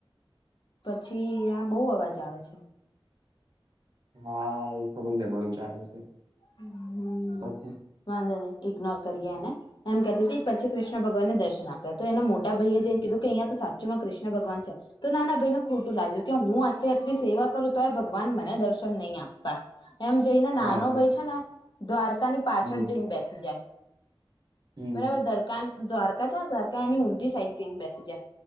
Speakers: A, on the left (about 55°); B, on the right (about 50°).
A: પછી આ બહુ અવાજ આવે છે.
B: હા એ થોડો જઘડો ચાલે છે.
A: હમ
B: પછી
A: વાંધો નઈ. ઇગ્નોર કરીએ એને એમ કહેતી એ પછી કૃષ્ણ ભગવાને દર્શન આપ્યા તો એના મોટા ભઈએ જઇન કીધું કે અહીંયા તો સાચુંમાં કૃષ્ણ ભગવાન છે, તો નાના ભઈને ખોટું લાગ્યું કે હું અત્યારથી સેવા કરું તો ય ભગવાન મને દર્શન નહીં આપતા. એમ જઈને
B: હા
A: નાનો
B: પછી
A: ભઈ છે. દ્વારકા ની પાછળ
B: હમ
A: જઈને બેસી જાય.
B: હમ
A: બરાબર ધડકાન દ્વારકા છે ને દ્વારકા એની ઊંંધી સાઈડ જઈન બેસી જાય.